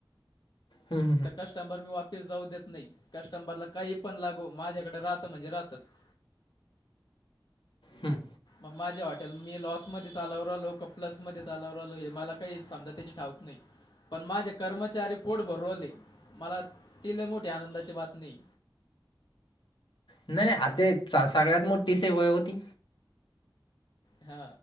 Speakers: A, on the left (about 80°); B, on the left (about 65°).
A: हम हं हम
B: तर
A: <unintelligible>
B: कस्टमर मी वापिस जाऊ देत नाही. कस्टमरला काही पण लागू माझ्याकडे राहत म्हणजे राहतच.
A: हम्म
B: मग माझे हॉटेल मी लॉस मध्ये चालव राहिलो का प्लस मध्ये चालव राहिलो हे मला समजा काय त्याची ठाऊक नाहय पण माझे कर्मचारी पोट भरू राहिले मला ती लय मोठी आनंदाची बातमी हाय.
A: नाय नाय सगळ्यात मोठी सेवा हाय ओ ती
B: हा